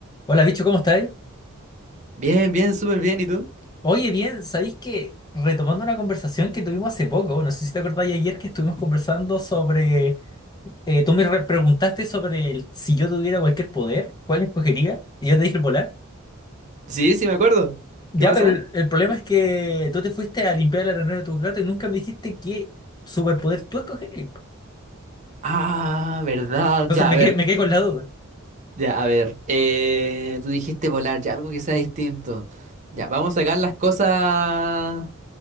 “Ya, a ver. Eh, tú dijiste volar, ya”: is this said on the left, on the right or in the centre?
Right